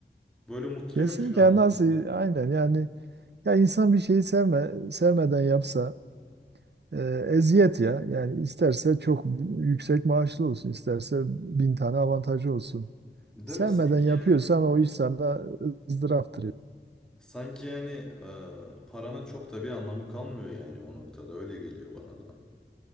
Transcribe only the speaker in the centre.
Böyle mutluyum
şu an.
Değil
mi? Sanki
yani
sanki yani e, paranın çok da bir anlamı kalmıyor yani o noktada. Öyle geliyor bana da.